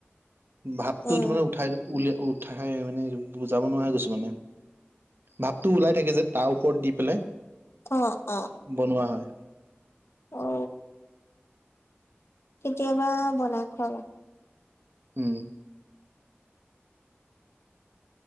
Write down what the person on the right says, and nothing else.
ভাৱটো
তাৰমানে উঠাই উলিয় উঠাই মানে বুজাব নোৱাৰা হৈ গৈছো মানে ভাৱটো ওলাই থাকি যে তাৰ ওপৰত দি পেলাই
বনোৱা হয়
উম